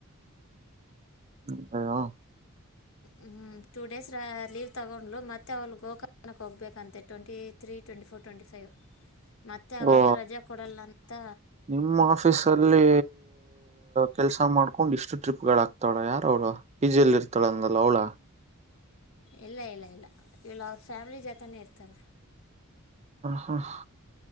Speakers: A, on the right (about 30°); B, on the left (about 65°).
A: <unintelligible>
B: ಹ್ಮ್ ಟೂ ಡೇಸ್ ರ ಲೀವ್ ತೊಗೊಂಡ್ಲು ಮತ್ತೆ ಅವ್ಳ ಗೋಕರ್ಣಕ್ಕೆ ಹೋಗ್ಬೇಕಂತೆ twenty three twenty four twenty five ಮತ್ತೆ ಅವಾಗ
A: ಓ
B: ರಜೆ ಕೊಡಲ್ಲ ಅಂತ
A: ನಿಮ್ಮ ಆಫೀಸ ಅಲ್ಲಿ ಕೆಲ್ಸ ಮಾಡ್ಕೊಂಡ್ ಇಷ್ಟು ಟ್ರಿಪ್ಗೆಳಕ್ತಾವಳ ಯಾರ ಅವಳು ಪಿಜಲ್ಲಿ ಇರ್ತಾಳ ಅಂದಲ್ಲ ಅವಳ
B: ಇಲ್ಲ ಇಲ್ಲ ಇಲ್ಲ ಇವಲಳ ಅವ್ರ ಫ್ಯಾಮಿಲಿ ಜೊತನೇ ಇರ್ತಳ
A: ಹ ಹ